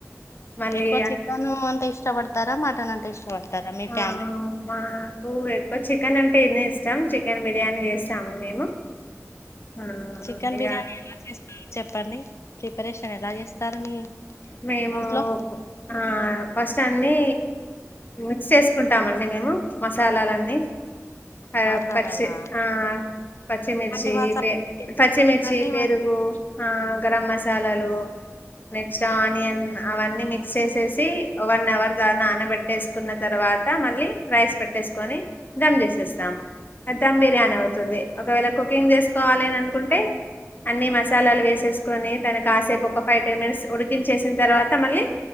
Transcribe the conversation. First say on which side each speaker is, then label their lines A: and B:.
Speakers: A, on the left (about 35°); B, on the left (about 60°).
A: మళ్ళీ
B: ఎక్కువ చికను అంటే ఇష్టపడతారా మటన్ అంటే ఇష్టపడతారా మీ
A: ఆ
B: ఫ్యామిలీ
A: మాకు ఎ ఎక్కొ చికెన్ అంటేనే ఇష్టం. చికెన్ బిర్యానీ చేస్తాము మేము ఆ
B: చికెన్
A: ఇక
B: బిర్యానీ ఎలా చేస్తారో చెప్పండి. ప్రిపరేషన్ ఎలా చేస్తారు మీ
A: మేము
B: ఇంట్లో
A: ఆ ఫస్ట్ అన్నీ మిక్స్ చేస్కుంటామండి మేము మసాలాలన్నీ ఆ
B: మసాలాలా
A: పచ్చి ఆ పచ్చిమిర్చి,
B: ఎలాంటి మసాలా
A: పే పచ్చిమిర్చి,
B: అండి
A: పెరుగు
B: మరి
A: ఆ గరం మసాలలు నె క్స్ట్ ఆనియన్ అవన్నీ మిక్స్ చేసేసి వన్ అవర్ దా నానబెట్టేస్కున్న తర్వాత మళ్ళీ రైస్ పెట్టేస్కొని దమ్ చేసేస్తాము. ధమ్ బిర్యానీ అవుతుంది. ఒకవేళ కుకింగ్ చేస్కోవాలి అన్ అనుకుంటే అన్నీ మసాలాలు వేసేస్కొని తన కాసేపు ఒక ఫైవ్ టెన్ మినిట్స్ ఉడికించేసిన్ తర్వాత మళ్ళీ